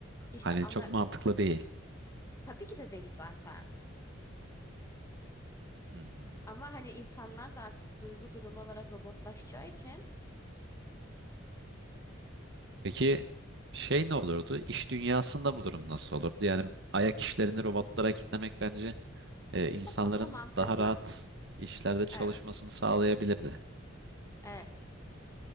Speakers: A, on the left; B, on the right.
A: İşte
B: Hani
A: ama
B: çok mantıklı değil.
A: tabii ki de değil zaten.
B: Hmm.
A: Ama hani insanlar da artık duygu durumu olarak robotlaşacağı için
B: Peki şey ne olurdu? İş dünyasında bu durum nasıl olurdu? Yani ayak işlerini robotlara kitlemek bence e, insanların
A: o konuda mantıklı.
B: daha rahat işlerde çalışmasını
A: Evet.
B: sağlayabilirdi.
A: Evet.